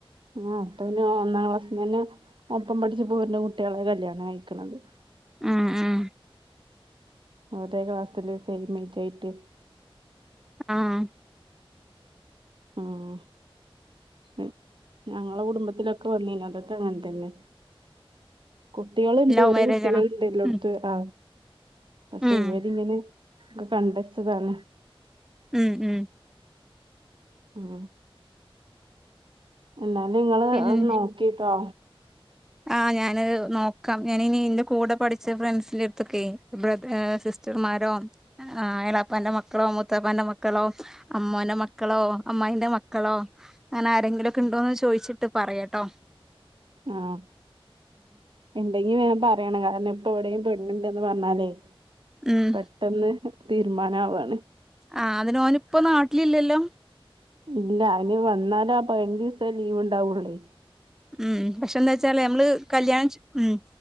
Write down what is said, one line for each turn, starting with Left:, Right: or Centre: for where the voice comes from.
Right: ആഹ് അപ്പ പിന്നെ ഒന്നാം ക്ലാസ്സ് മുതല് ഒപ്പം പഠിച്ച പോര്ണ കുട്ടികളെ കല്യാണം കഴിക്ക്ണത്
Centre: ഉം ഉം
Right: ഒരേ ക്ലാസ്സില് സെയിം ഏയ്ജായിട്ട്
Centre: ആഹ്
Right: ഉം ഞ ഞങ്ങള കുടുംബത്തിലൊക്കെ വന്നിന് അതൊക്കെ അങ്ങനെ തന്നെ കുട്ടികള്ണ്ട്
Centre: ലവ്
Right: കുറെ
Centre: മാരേജ്
Right: കുട്ടികള്ണ്ട്
Centre: ആണോ
Right: എല്ലോട്ത്ത്
Centre: ഉം
Right: ആഹ് പക്ഷെ
Centre: ഉം
Right: ഇവരിങ്ങനെ ഒക്കെ കണ്ടെച്ചതാണ്
Centre: ഉം ഉം
Right: ഉം എന്നാലും നിങ്ങള്
Centre: പിന്നെ
Right: എഹ് നോക്കിട്ടോ
Centre: ആഹ് ഞാന് നോക്കാം ഞാന് ഇനി എന്റെ കൂടെ പഠിച്ച ഫ്രണ്ട്സിന്റെടുത്തൊക്കെ ബ്രദർ ഏഹ് സിസ്റ്റർമാ മാരോ ആഹ് എളാപ്പാന്റ് മക്കളോ മൂത്തപ്പാന്റെ മക്കളോ അമ്മോന്റെ മക്കളോ അമ്മായിന്റെ മക് മക്കളോ അങ്ങനെ ആരെങ്കിലൊക്കെ ഉണ്ടോന്ന് ചോയിച്ചിട്ട് പറയട്ടോ
Right: ആഹ് ഇണ്ടെങ്കി വേഗം പറയണം കാരണം ഇപ്പ എവിടെം പെന് ണ്ടന്ന് പറഞ്ഞാലേ
Centre: ഉം
Right: പെട്ടെന്ന് തീരുമാനാവാണ്
Centre: ആഹ് അതിനോൻ ഇപ്പ നാട്ടില് ഇല്ലല്ലോ
Right: ഇല്ല അവന് വന്നാല ആ പതിനഞ്ച് ദിവസെ ലീവ് ഉണ്ടാവൂള്ളേ
Centre: ഉം പക്ഷെ എന്താ വെച്ചാല് നമ്മള് കല്യാണം ച് ഉം